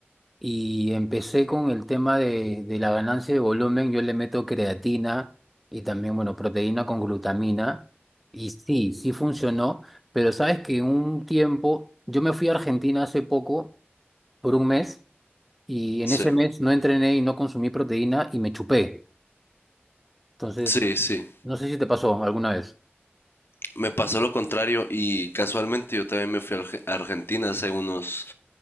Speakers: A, in the centre; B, on the left.
A: Y empecé con el tema de, de la ganancia de volumen, yo le meto creatina y también, bueno, proteína con glutamina, y sí, sí funcionó, pero sabes que un tiempo, yo me fui a Argentina hace poco, por un mes, y en
B: Sí,
A: ese mes no entrené y no consumí proteína y me chupé. Entonces,
B: sí, sí.
A: no sé si te pasó alguna vez.
B: Me pasó lo contrario y casualmente yo también me fui a Arge- a Argentina hace unos